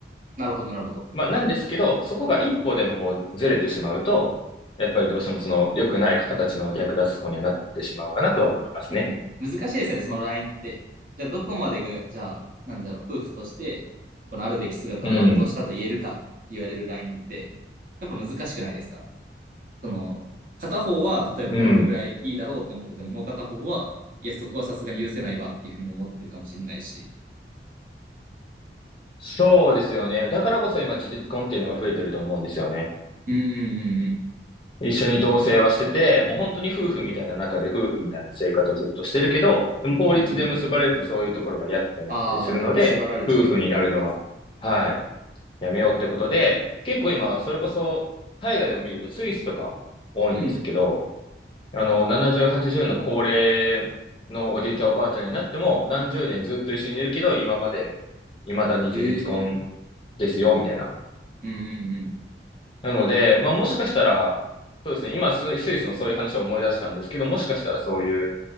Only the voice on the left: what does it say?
まあ、なんですけど、そこが一歩でもこうずれてしまうと、やっぱりどうしてもその良くない形の略奪行為にはなってしまうかなとは思いますね。
うん。
うん。
そうですよね。だからこそ今、事実婚っていうのが増えてると思うんですよね。
一緒に同棲はしてて、もう本当に夫婦みたいな中で夫婦みたいな生活をずっとしてるけど、でも法律で結ばれるとそういうところが厄介になったりするので、
夫婦になるのは、はい、やめようってことで、結構今、それこそ海外を見るとスイスとか多いんですけど、
あの、70、80の高齢のおじいちゃんおばあちゃんになっても、何十年ずっと一緒にいるけど、今まで、未だに事実婚
ですよ、みたいな。
なので、まあもしかしたら、そうですね、今ス、スイスのそういう話を思い出したんですけど、もしかしたらそういう、